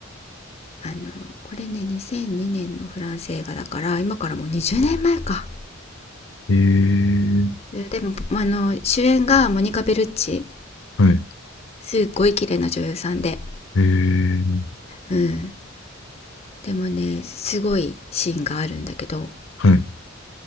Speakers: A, on the left; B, on the left.
A: あのこれね2002年のフランス映画だから今からもう20年前か
B: ええ
A: でもあの主演がモニカ・ベルッチ
B: はい。
A: すっごい綺麗な女優さんで、
B: ええ
A: うん、でもねすごいシーンがあるんだけど
B: はい。